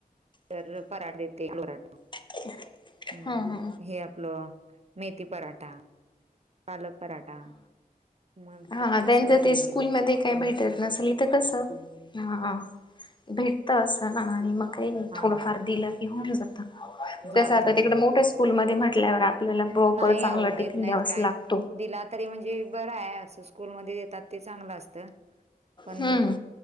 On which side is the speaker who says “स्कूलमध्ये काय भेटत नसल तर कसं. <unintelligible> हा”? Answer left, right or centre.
Left